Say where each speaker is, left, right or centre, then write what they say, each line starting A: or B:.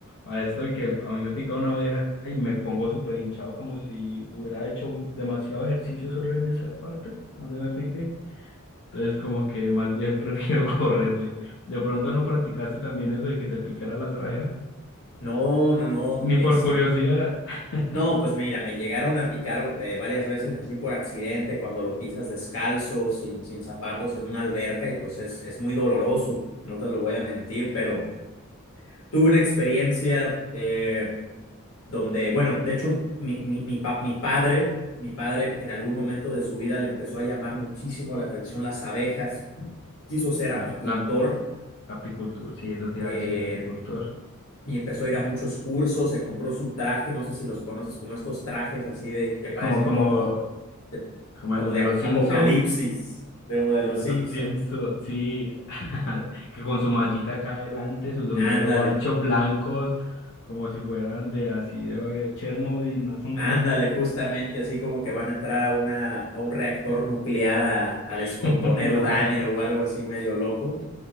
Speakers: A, on the left (about 55°); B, on the left (about 90°).
A: A esto de que a mí me pica una abeja y me pongo súper hinchado como si hubiera hecho demasiado ejercicio solo en esa parte donde me pique. Entonces como que más bien <laughs> prefiero correrle. De pronto no practicaste también eso de que te picara las abejas,
B: No, no, no,
A: ni
B: este.
A: por curiosidad. <laughs>
B: No, pues mira, me llegaron a picar eh, varias veces así por accidente, cuando lo pisas descalzo, sin, sin zapatos, en una alberca, y pues es, es muy doloroso, no te lo voy a mentir, pero tuve una experiencia eh, donde, bueno, de hecho, mi, mi, mi, pa- mi padre, mi padre en algún momento de su vida le empezó a llamar muchísimo la atención las abejas, quiso ser
A: La,
B: apicultor,
A: la apicultura, sí, eso te
B: eh,
A: iba a decir, apicultor.
B: y empezó a ir a muchos cursos, se compró su traje, no sé si los conoces, como estos trajes así de que
A: eh,
B: parecen
A: como, como,
B: como de,
A: como
B: como
A: el de
B: de
A: los
B: ac-
A: Simpsons,
B: apocalipsis, de uno de
A: que
B: los
A: el de
B: Simpson.
A: los Simpson, sí, <laughs> que con su mallita acá adelante, su sombrero
B: Ándale,
A: ancho, blancos, como si fueran de así de eh, Chernobyl, más o menos.
B: ándale, justamente así como que van a entrar a una a un reactor nuclear a, a
A: <laughs>
B: descomponer uranio o algo así medio loco.